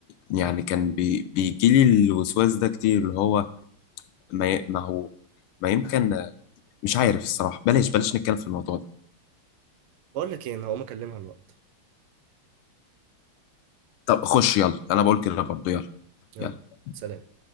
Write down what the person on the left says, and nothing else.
يعني كان بي... بيجيلي الوسواس ده كتير اللي هو ما ي- ما هو ما يمكن مش عارف الصراحة بلاش بلاش نتكلم في الموضوع ده
طب خش يلا انا بقول كده برضه يلا
يلا